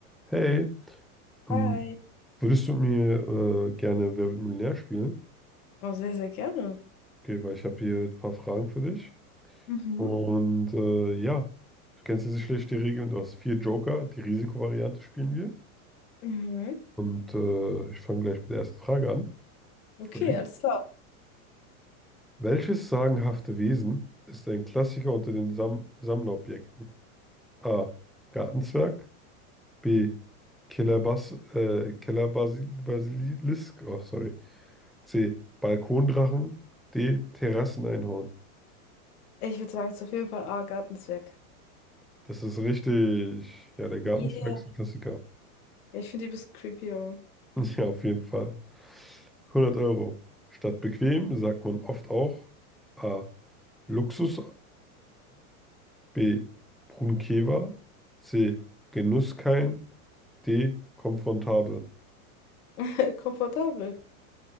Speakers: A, in the centre; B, on the left (about 75°).
A: Hey,
B: Hi.
A: ähm, würdest du mit mir äh, gerne Wer wird Millionär spielen?
B: Oh, sehr, sehr gerne.
A: Okay, weil ich habe hier ein paar Fragen für dich.
B: Mhm.
A: Und äh, ja, du kennst ja sicherlich die Regeln. Du hast vier Joker, die Risikovariante spielen wir.
B: Mhm.
A: Und äh, ich fange gleich mit der ersten Frage an.
B: Okay,
A: Ready?
B: alles klar.
A: Welches sagenhafte Wesen ist ein Klassiker unter den Sam Sammlerobjekten? A. Gartenzwerg. B. Kellerbass äh, Kellerbasil Basilisk. Oh, sorry. C. Balkondrachen. D. Terrasseneinhorn.
B: Ich würde sagen, es ist auf jeden Fall A, Gartenzwerg.
A: Das ist richtig. Ja, der Gartenzwerg
B: Yeah,
A: ist ein Klassiker.
B: Ja, ich finde die ein bisschen creepy, aber
A: <laughs> Ja, auf jeden Fall. 100 Euro. Statt bequem sagt man oft auch A. Luxus-Adam. B. Brunkewa. C. Genusskein. D. Komfortabel.
B: <laughs> komfortabel.